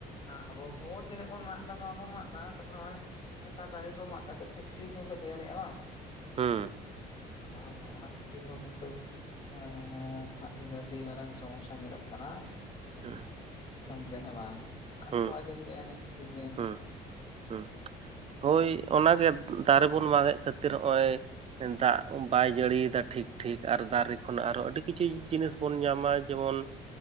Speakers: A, on the left; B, on the right.
A: ᱟᱵᱚ ᱠᱚ ᱛᱤᱱᱟᱹᱜ ᱵᱚᱱ ᱢᱟᱜ ᱮᱫᱟ ᱢᱟᱵᱚᱱ ᱢᱟᱜ ᱮᱫᱟ ᱛᱟᱯᱚᱨ ᱱᱚᱜ ᱚᱭ ᱱᱮᱛᱟᱨ ᱫᱟᱨᱮ ᱠᱚ ᱢᱟᱜ ᱠᱟᱛᱮ ᱯᱷᱮᱠᱴᱨᱤ ᱠᱚᱠᱚ ᱛᱮᱭᱟᱨᱮᱜᱼᱟ ᱵᱟᱝ
B: ᱦᱩᱸ
A: <inaudible> ᱚᱱᱟ ᱠᱷᱟᱹᱛᱤᱨ ᱦᱚᱸ ᱠᱤᱱᱛᱩ ᱟᱨ ᱱᱟᱦᱟᱜ ᱫᱤᱱ ᱟᱹᱰᱤ ᱢᱟᱨᱟᱝ ᱥᱚᱢᱚᱥᱥᱟ ᱧᱮᱞᱚᱜ ᱠᱟᱱᱟ
B: <inaudible>
A: ᱫᱤᱥᱚᱢ ᱨᱮ ᱦᱮᱸ ᱵᱟᱝ ᱫᱟᱜ
B: ᱦᱩᱸ
A: ᱠᱚᱟᱭ ᱡᱟᱹᱲᱤᱭᱮᱜᱼᱟ ᱤᱱᱟᱹ ᱠᱷᱟᱹᱛᱤᱨ ᱜᱮ
B: ᱦᱩᱸ ᱦᱩᱸ ᱦᱳᱭ ᱚᱱᱟᱜᱮ ᱫᱟᱨᱮ ᱵᱚᱱ ᱢᱟᱜᱮᱫ ᱠᱷᱟᱹᱛᱤᱨ ᱦᱚᱜᱼᱚᱭ ᱫᱟᱜ ᱵᱟᱭ ᱡᱟᱹᱲᱤᱭᱫᱟ ᱴᱷᱤᱠ ᱴᱷᱤᱠ ᱟᱨ ᱫᱟᱨᱮ ᱠᱷᱚᱱᱟᱜ ᱟᱨᱦᱚᱸ ᱟᱹᱰᱤ ᱠᱤᱪᱷᱩ ᱡᱤᱱᱤᱥ ᱵᱚᱱ ᱧᱟᱢᱟ ᱡᱮᱢᱚᱱ